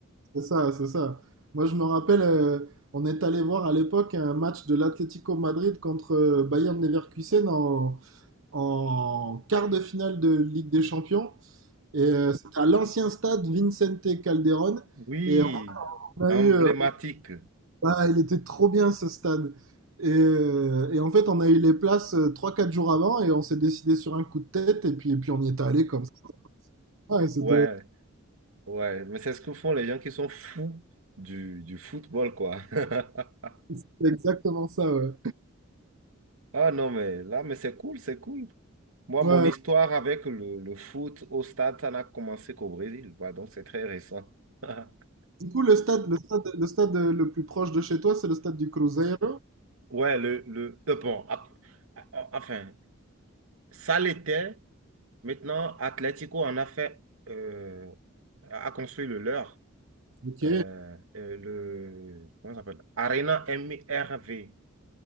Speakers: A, on the right; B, on the right.
A: C'est ça, c'est ça. Moi, je me rappelle, euh, on est allé voir à l'époque un match de l'Atlético Madrid contre euh, Bayern Leverkusen en, en quart de finale de Ligue des Champions. Et euh, c'était à l'ancien stade Vicente Calderón.
B: Oui,
A: Et on a
B: emblématique.
A: eu, euh, ah, il était trop bien ce stade. Et, euh, et en fait, on a eu les places euh, trois quatre jours avant et on s'est décidé sur un coup de tête. Et puis, et puis on y est allé comme ça. Ah, C'était
B: Ouais, ouais. Mais c'est ce que font les gens qui sont fous du, du football, quoi. <laughs>
A: c'était exactement ça, ouais.
B: Ah non, mais là, mais c'est cool, c'est cool. Moi,
A: Ouais.
B: mon histoire avec le, le foot au stade, ça n'a commencé qu'au Brésil, quoi, donc c'est très récent. <laughs>
A: Du coup, le stade, le stade, le stade euh, le plus proche de chez toi, c'est le stade du Cruzeiro.
B: Ouais, le, le, euh, bon, a- a- enfin, ça l'était. Maintenant, Atlético en a fait, euh, a a construit le leur.
A: Ok,
B: Euh, euh, le, comment ça s'appelle? Arena MRV.